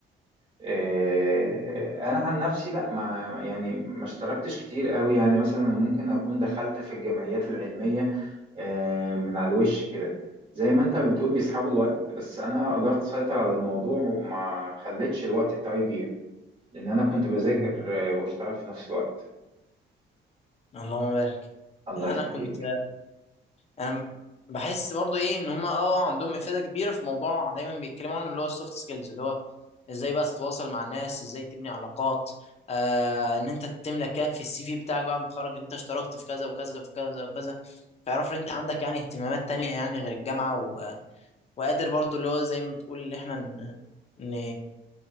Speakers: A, on the right (about 30°); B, on the left (about 30°).
A: آه،
B: مم.
A: انا عن نفسي لا ما يعني ما اشتركتش كتير قوي يعني مثلا ممكن اكون دخلت في الجمعيات العلميه آه، من على الوش كده زي ما انت بتقول بيسحبوا الوقت بس انا قدرت اسيطر على الموضوع وما خليتش الوقت بتاعي يضيع لان انا كنت بذاكر
B: مم.
A: آه، واشتغل في نفس الوقت
B: اللهم بارك
A: الله
B: لا
A: يخليك
B: انا كنت انا بحس برضو ايه ان هما اه عندهم افاده كبيره في موضوع دايما بيتكلموا عنه اللي هو السوفت سكيلز اللي هو ازاي بقى تتواصل مع الناس ازاي تبني علاقات آه ان انت تملى كده في السي في بتاعك بعد ما تتخرج ان انت اشتركت في كذا وكذا في كذا وكذا فيعرفوا ان انت عندك يعني اهتمامات تانية يعني غير الجامعه و... وقادر برضو اللي هو زي ما بتقول ان احنا ن... ن...